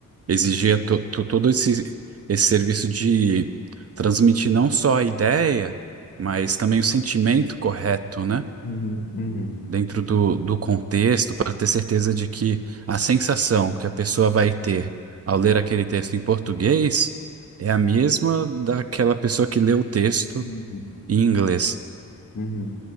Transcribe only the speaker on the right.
Exigia to- to- todo esse, esse serviço de transmitir não só a ideia, mas também o sentimento correto, né?
dentro do, do contexto para ter certeza de que a sensação que a pessoa vai ter ao ler aquele texto em português é a mesma daquela pessoa que lê o texto
em inglês.